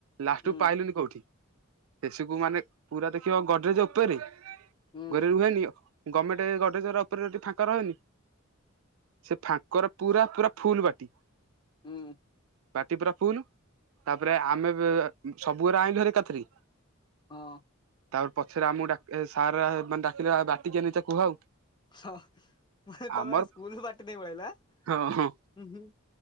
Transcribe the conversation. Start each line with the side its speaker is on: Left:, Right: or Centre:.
Right: ଲାଷ୍ଟକୁୁ
Left: ହୁଁ
Right: ପାଇଲୁନି କୋଉଠି ଶେଷକୁୁ ମାନେ ପୁରା ଦେଖିବ ଗଡରେଜ ଓପେରେ।
Left: ହୁଁ
Right: ଘରେ ରୁହେନି ଗମେଣ୍ଟ ଗଡ୍ରେଜ୍ ଗୁରା ଉପରେ ଟିକେ ଫାଙ୍କ ରହେନି ସେ ଫାଙ୍କରେ ପୁରା ପୁରା ଫୁଲ ବାଟି
Left: ହୁଁ।
Right: ବାଟି ପୁରା ଫୁଲ, ତାପରେ ଆମେ ବେ-ବେ ସବୁ ଗୁରା ଆଇଁଲୁ ହେରା ଏକାଥରେ
Left: ହଁ
Right: ତାପରେ ପଛରେ ଆମକୁ ଡ଼ାକି ସାର ମାନେ ଡାକିଲେ, ଆଉ ବାଟି କିଏ ନେଇଚ କୁହ ଆଉ?
Left: ହଁ, ମୁଁ କହିଲି ତମେ
Right: ଆମର
Left: ସ୍କୁଲ ବାଟି ନେଇ ପଳେଇ ଆଇଲ ଆଁ?
Right: ହଁ ହଁ